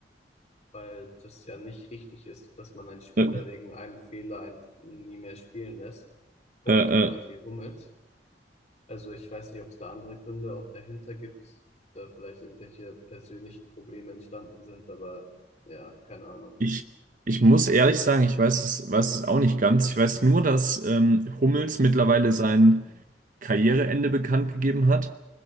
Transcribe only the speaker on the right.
Äh,
äh,
äh,
ich, ich muss ehrlich sagen, ich weiß es, weiß es auch nicht ganz. Ich weiß nur, dass ähm, Hummels mittlerweile sein Karriereende bekannt gegeben hat.